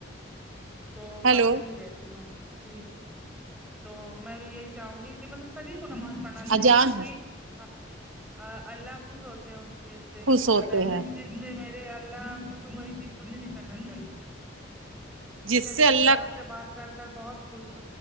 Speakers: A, in the centre; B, on the right.
A: تو
B: ہیلو
A: پڑھتی ہی رہتی ہوں جی تو میں بھی یہی چاہوں گی کی مطلب سبھی کو نماز پڑھنا چاہیے
B: اجان
A: کیونکی آ اللہ خوش ہوتے ہیں اس چیز سے
B: خوش ہوتے ہیں
A: جس چیز میرے اللہ خوش ہو وہی چیز مجھے بھی کرنا چاہیے
B: جس
A: چلیے
B: سے اللہ
A: مجھے آپ سے بات کر کر بہت خوش